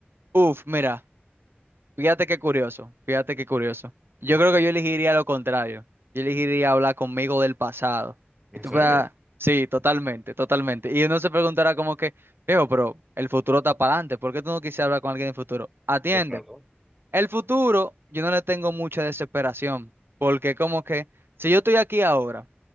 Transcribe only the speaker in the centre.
¿En
serio?
Exacto.